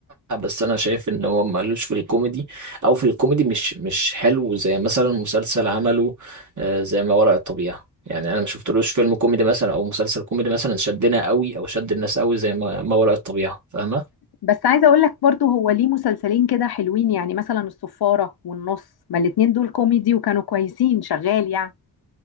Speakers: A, on the right; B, on the left.
A: لا بس انا شايف ان هو مالوش في الكوميدي او في الكوميدي مش مش حلو زي مثلا مسلسل عمله آه، زي ما وراء الطبيعه يعني انا ما شفتلوش فيلم كوميدي مثلا او مسلسل كوميدي مثلا شدنا قوي او شد الناس قوي زي ما ما وراء الطبيعه فاهمه
B: بس عايزة اقول لك برضو هو ليه مسلسلين كده حلوين يعني مثلا الصفارة والنص ما الاتنين دول كوميدي وكانوا كويسين شغال يعني